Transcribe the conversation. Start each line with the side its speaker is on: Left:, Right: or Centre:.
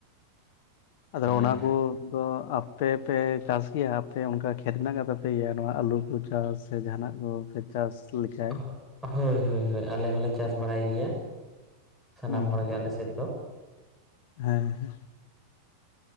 Left: ᱟᱫᱚ
Centre: ᱟᱨ
Left: ᱚᱱᱟᱠᱩ ᱟᱫᱚ ᱟᱯᱮ ᱯᱮ ᱪᱟᱥ ᱜᱮᱣᱟ ᱟᱯᱮ ᱚᱱᱠᱟ ᱠᱷᱮᱛ ᱢᱮᱱᱟᱜ ᱠᱟᱛ ᱛᱟᱯᱮ ᱜᱮᱣᱟ ᱱᱚᱣᱟ ᱟᱞᱩ ᱠᱚ ᱪᱟᱥ᱾ ᱥᱮ ᱡᱟᱦᱟᱱᱟᱜ ᱠᱚᱯᱮ ᱪᱟᱥ ᱞᱮᱠᱟ᱾
Centre: ᱦᱳᱭ ᱦᱳᱭ ᱦᱳᱭ ᱟᱞᱮ ᱦᱚᱸᱞᱮ ᱪᱟᱥ ᱵᱟᱲᱟᱭ ᱜᱮᱣᱟ ᱥᱟᱱᱟᱢ
Left: ᱦᱩᱸ
Centre: ᱦᱚᱲ ᱜᱮ ᱟᱞᱮ ᱥᱮᱫ ᱫᱚ᱾
Left: ᱦᱮᱸ ᱦᱮᱸ